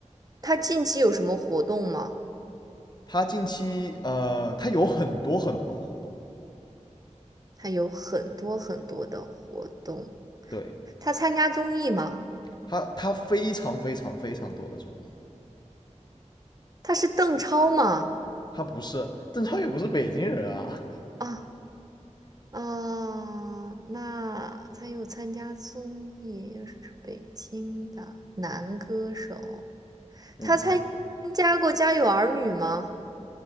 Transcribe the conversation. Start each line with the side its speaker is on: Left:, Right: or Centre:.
Right: 他近期有什么活动吗？
Left: 他近期呃，他有很多很多的活动，
Right: 他有很多很多的活动。
Left: 对
Right: 他参加综艺吗？
Left: 他，他非常非常非常多的综艺。
Right: 他是邓超吗？
Left: 他不是邓超，也不是北京人啊。
Right: 啊啊，那他又参加综艺，又是北京的男歌手。
Left: 没错，
Right: 他参加过《家有儿女》吗？